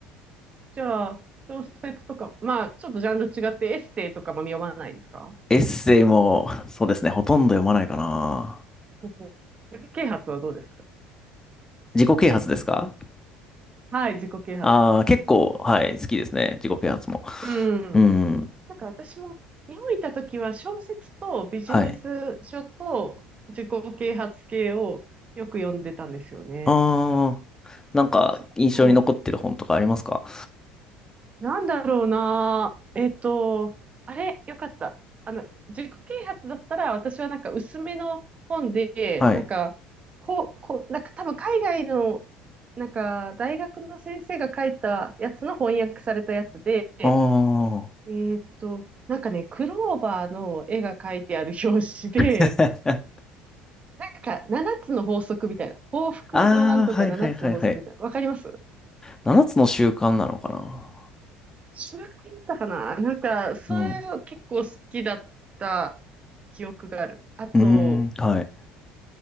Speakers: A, on the right; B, on the left.
A: じゃあ、小説とか、まあ、ちょっとジャンル違ってエッセイとかも読まないですか
B: エッセイも、そうですね、ほとんど読まないかな。
A: ほほ。自己啓発はどうですか
B: 自己啓発ですか
A: はい、自己啓発。
B: ああー、結構、はい、好きですね。自己啓発も。
A: う
B: うん。
A: ん。なんか私も日本にいた時は小説とビジネス書と自己啓発系をよく読んでたんですよね。
B: はい。ああ、なんか印象に残ってる本とかありますか
A: そうそう。なんだろうな。えっと、あれ、よかった。あの、自己啓発だったら私はなんか薄めの本で、
B: はい。
A: なんか、こう、こう、なんか多分海外の、なんか大学の先生が書いたやつの翻訳されたやつで、
B: ああ。
A: えーっと、なんかね、クローバーの絵が描いてある表紙で、
B: <laughs>
A: <laughs> なんか7つの法則みたいな、幸福のなんとか7つの法則みたいな、
B: ああ、はいはいはいはい。
A: わかります
B: 7つの習慣なのかな
A: 知らなかったかななんか、それは結構好きだった記憶がある。
B: うん。う
A: あと、
B: ーん、はい。